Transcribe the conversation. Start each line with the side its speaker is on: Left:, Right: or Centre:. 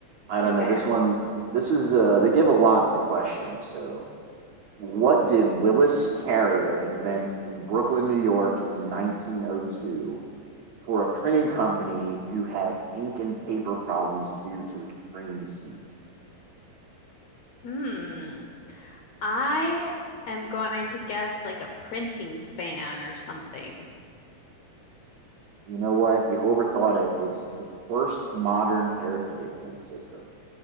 Right: I don't
Left: Okay.
Right: know. This one, this is, uh, they give a lot in the question. So, what did Willis Carrier invent in Brooklyn, New York in 1902? for a printing company who had ink and paper problems due to extreme heat.
Left: Hmm. I am going to guess like a printing fan or something.
Right: You know what? You overthought it. It's the first modern air conditioning system.